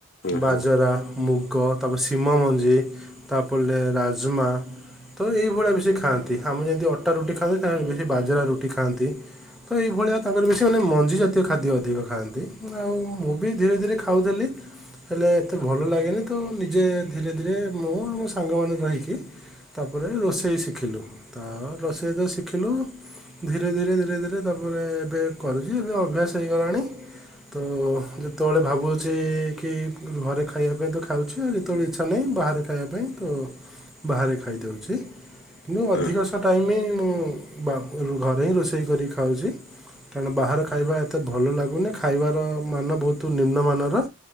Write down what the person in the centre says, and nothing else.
ବାଜରା,
ମୁଗ, ତାପରେ ସିମମଞ୍ଜି ତା ପଲେ ରାଜମା ତ ଏଇଭଳିଆ ବେଶୀ ଖାଆନ୍ତି ଆମେ ଯେମ୍ତି ଅଟା ରୁଟି ଖାଆନ୍ତି ତାଙ୍କର ବେଶୀ ବାଜରା ରୁଟି ଖାଆନ୍ତି। ତ ଏଇଭଳିଆ ତାଙ୍କର ବେଶୀ ମାନେ ମଞ୍ଜି ଜାତୀୟ ଖାଦ୍ୟ ଅଧିକ ଖାଆନ୍ତି ଆଉ ମୁଁ ବି ଧୀରେ-ଧୀରେ ଖାଉଥିଲି ହେଲେ ଏତେ ଭଲ ଲାଗେନି ତ ନିଜେ ଧୀରେ-ଧୀରେ ମୁଁ ମୋ ସାଙ୍ଗମାନେ ରହିକି ତାପରେ ରୋଷେଇ ଶିଖିଲୁ ତା ରୋଷେଇ ତ ଶିଖିଲୁ ଧୀରେ-ଧୀରେ-ଧୀରେ-ଧୀରେ ତାପରେ ଏବେ କରୁଚି ଏବେ ଅଭ୍ୟାସ ହେଇଗଲାଣି। ତ ଯେତବେଳେ ଭାବୁଚି କି ଘରେ ଖାଇବା ପାଇଁ ତ ଖାଉଚି ଆଉ ଯେତବେଳେ ଇଚ୍ଛା ନାହିଁ ବାହାରେ ଖାଇବା ପାଇଁ ତ ବାହାରେ ଖାଇ ଦଉଚି, ମୁଁ
ଅଧିକଶ ଟାଇମି ମୁଁ ବାବୁ ଘରେ ହିଁ ରୋଷେଇ କରି ଖାଉଚି। ତେଣୁ ବାହାର ଖାଇବା ଏତେ ଭଲ ଲାଗୁନି ଖାଇବାର ମାନ ବହୁତ୍ ନିମ୍ନମାନର